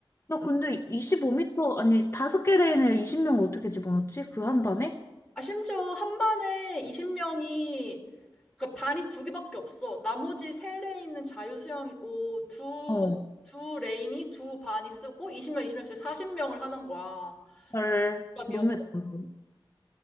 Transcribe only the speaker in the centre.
아, 심지어 한 반에 20명이 그러니까 반이 두 개밖에 없어. 나머지 세 레인은 자유수영이고 두,
두 레인이 두 반이 쓰고 20명, 20명씩 40명을 하는 거야.
이야